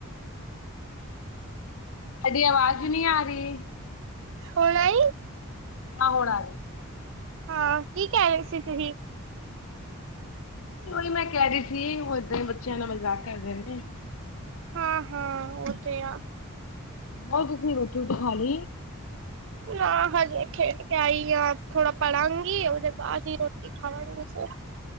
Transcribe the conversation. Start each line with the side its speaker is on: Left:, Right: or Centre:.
Left: ਤੁਹਾਡੀ ਆਵਾਜ਼ ਨਹੀਂ ਆ ਰਹੀ
Right: ਹੁਣ ਆਈ
Left: ਹਾਂ ਹੋੌਣ ਆ ਰਹੀ
Right: ਹਾਂ ਕੀ ਕਹਿ ਰਹੇ ਸੀ ਤੁਸੀਂ
Left: ਉਹੀ ਮੈਂ ਕਹਿ ਰਹੀ ਸੀ ਉਹ ਏਦਾਂ ਬੱਚਿਆਂ ਨਾਲ ਮਜ਼ਾਕ ਕਰਦੇ ਨੇ
Right: ਹਾਂ-ਹਾਂ ਉਹ ਤੇ ਆ
Left: ਹਾਂ ਤੁਸੀ ਰੋਟੀ ਰੁਟੀ ਖਾਲੀ
Right: ਨਾ ਹਜੇ ਖੇਡ ਕੇ ਆਈਏ ਥੋੜਾ ਪੜਾਂਗੀ ਉਹਦੇ ਬਾਅਦ ਹੀ ਰੋਟੀ ਖਾਣਾ ਨੀ ਵੀਸੇ